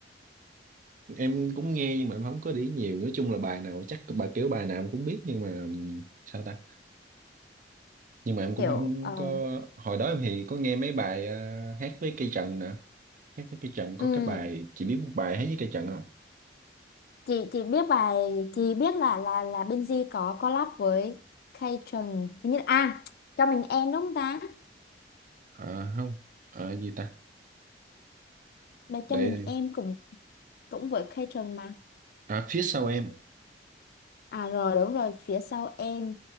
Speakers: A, on the right; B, on the left.
A: em cũng nghe nhưng mà em không có để ý nhiều nói chung là bài nào chắc bài kiểu bài nào em cũng biết nhưng mà ừm, sao ta nhưng mà em cũng
B: kiểu
A: không
B: ờ,
A: có hồi đó em thì có nghe mấy bài ờ, hát với cây trần nè hát với cây trần có
B: ừ
A: cái bài chị biết một bài hát với cây trần không
B: chị chị biết bài chị biết là là là Binz có collab với Kay Trần hình như à cho mình em đúng không ta
A: à không à, gì ta
B: Bài cho
A: đây
B: mình em cũng cũng với catering mà
A: à phía sau em
B: à rồi đúng rồi phía sau em